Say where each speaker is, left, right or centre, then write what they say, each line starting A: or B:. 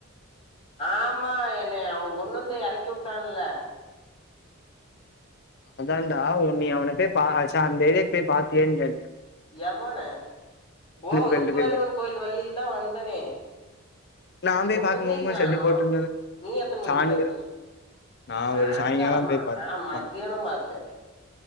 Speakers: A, on the left; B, on the left.
A: ஆமா என்னைய அவ கொண்டு வந்து எறக்கி விட்டால்ல
B: அதான்டா உன்னைய அவன்ட்ட பா ச்சா அந்த ஏரியாக்கு போய் பாத்தியான்னு கேட்ட
A: எவன ஓ முத்துமாரியம்மன்
B: கோயில்ட்ட போய் பாத்
A: கோவில் வழியிலதா வந்தனே
B: நா போய்
A: ஒண்ணுத்தியு
B: பாக்கும்போது
A: காணு
B: ஷெட்டு போட்ருந்தது
A: நீ எத்தன மணிக்கு
B: சாணில
A: பாத்த
B: நா
A: சாய்ங்காலமா
B: ஒரு சாயங்காலம் போய் பாத்தே
A: நா மத்தியானோ
B: ஆமா
A: பாத்தே